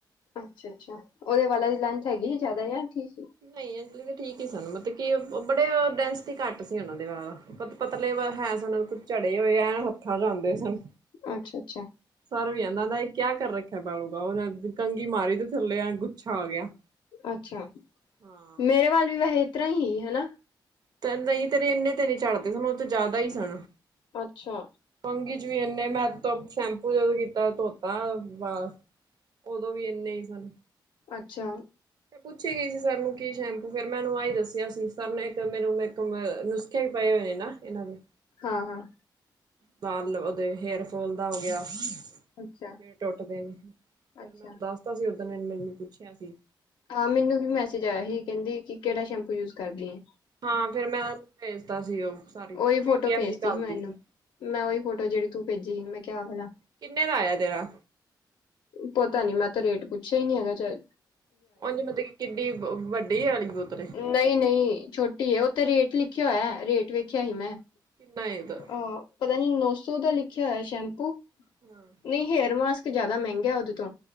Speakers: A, on the left; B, on the right.
A: ਅੱਛਾ -ਅੱਛਾ ਉਹ ਓਦੇ ਵਾਲਾ ਦੀ ਲੈਂਥ ਹੈਗੀ ਸੀ ਜ਼ਿਆਦਾ ਜਾਂ ਠੀਕ ਹੈ।
B: ਨਹੀਂ ਅਂਜਲੀ ਤਾਂ ਠੀਕ ਹੀ ਸਨ ਮਤਲਬ ਕਿ ਉਹ ਬੜੇ ਡੈਂਸਿਟੀ ਘੱਟ ਸੀ ਉਹਨਾਂ ਦੇ ਨਾਲ। ਪਤ, ਪਤਲੇ ਹੈ ਸਨ ਕੁਝ ਝੜੇ ਹੋਏ, ਐਂ ਹੱਥਾਂ'ਚ ਆਂਦੇ ਸਨ।
A: ਅੱਛਾ-ਅੱਛਾ।
B: ਸਰ ਵੀ ਆਂਦਾ, ਆਂਦਾ ਯੇ ਕਿਆ ਕਰ ਰੱਖਾ ਏ ਬਾਊ-ਬਾਊ ਉਹਨੇ ਕੰਘੀ ਮਾਰੀ ਤੇ, ਥੱਲੇ ਐਂਝ ਗੁੱਛਾ ਆ ਗਿਆ।
A: ਅੱਛਾ,
B: ਹਾਂ
A: ਮੇਰੇ ਵਾਲ ਵੀ ਵੈਹੇ ਇਹ ਤਰ੍ਹਾਂ ਹੀ, ਹਨਾ?
B: ਤੇ ਨਹੀਂ ਤੇਰੇ ਇਹਨੇ ਤੇ ਨਹੀਂ ਝੜ੍ਹਦੇ ਸਨ, ਉਹ ਤਾਂ ਜ਼ਿਆਦਾ ਹੀ ਸਨ।
A: ਅੱਛਾ।
B: ਕੰਘੀ'ਚ ਵੀ ਇਹਨੇ, ਮੈਂ ਸ਼ੈਂਪੂ ਜਦੋਂ ਕੀਤਾ ਧੋਤਾ ਬ ਉਦੋਂ ਵੀ ਇੰਨੇ ਹੀ ਸਨ।
A: ਅੱਛਾ।
B: ਪੁੱਛੀ ਗਈ ਸੀ ਸਰ ਨੂੰ, ਕੀ ਸ਼ੈਂਪੂ ਫਿਰ ਮੈਂਨੂੰ ਆਹੀ ਦੱਸਿਆ ਸੀ। ਸਰ ਨੇ ਇੱਕ ਮੈਨੂੰ ਮੇਖ ਨੁਸ ਹੀ ਪਏ ਹੋਏ ਨਾ ਇਹਨਾਂ ਦੀ।
A: ਹਾਂ-ਹਾਂ।
B: ਪਰਲ ਉਹਦੇ ਹੇਅਰ ਫੋਲ ਦਾ ਹੋ ਗਿਆ। ਜਿਹੜੇ
A: ਅੱਛਾ-ਅੱਛਾ ਹਾਂ ਅੱਛਾ
B: ਟੁੱਟਦੇ ਨੇ ਫਿਰ
A: ਅੱਛਾ,
B: ਮੈਨੂੰ ਦੱਸਦਾ ਸੀ ਓਦਣ ਨੇ ਮੈਨੂੰ ਪੁੱਛਿਆ ਸੀ।
A: ਹਾਂ ਮੈਨੂੰ ਵੀ ਮੈਸੇਜ ਆਇਆ ਸੀ ਕਹਿੰਦੀ ਕਿ ਕਿਹੜਾ ਸ਼ੈਂਪੂ ਯੂਜ ਕਰਦੀ ਆ?
B: ਹਾਂ ਫਿਰ ਮੈਂ ਭੇਜ ਦਿਤਾ ਸੀ ਉਹ ਸਾਰੀ
A: ਉਹੀ-ਉਹੀ
B: ਪੀ
A: ਫੋਟੋ
B: ਡੀ ਐਫ
A: ਭੇਜਤੀ
B: ਜੀ ਘਲਤੀ
A: ਮੈਂ ਇਹਨੂੰ
B: ਸੀ।
A: ਮੈਂ ਉਹੀ ਫੋਟੋ ਜਿਹੜੀ ਤੂੰ ਭੇਜੀ ਮੈਂ ਕਿਹਾ ਆ ਬਣਾ।
B: ਕਿੰਨੇ ਦਾ ਆਇਆ ਤੇਰਾ?
A: ਪਤਾ ਨੀ ਮੈਂ ਤਾਂ ਰੇਟ ਪੁੱਛਿਆ ਹੀ ਨੀ ਹੈਗਾ ਚ।
B: ਉਝ ਮਤਲਬ ਕਿ ਕਿੱਡੀ ਵ ਵੱਡੀ ਆਲੀ ਬੋਤਲ ਏ।
A: ਨਹੀਂ -ਨਹੀਂ ਛੋਟੀ ਹੈ ਉਤੇ ਰੇਟ ਲਿਖਿਆ ਹੋਇਆ ਰੇਟ ਵੇਖਿਆ ਹੀ ਮੈਂ।
B: ਨਹੀਂ ਤਾਂ।
A: ਅਹ ਪਤਾ ਨੀ ਨੌ ਸੌ ਦਾ ਲਿਖਿਆ ਹੋਇਆ ਸ਼ੈਂਪੂ।
B: ਹਮ
A: ਨਹੀਂ ਹੇਅਰ ਮਾਸਕ ਜਿਆਦਾ ਮਹਿੰਗਾ ਉਹਦੇ ਤੋਂ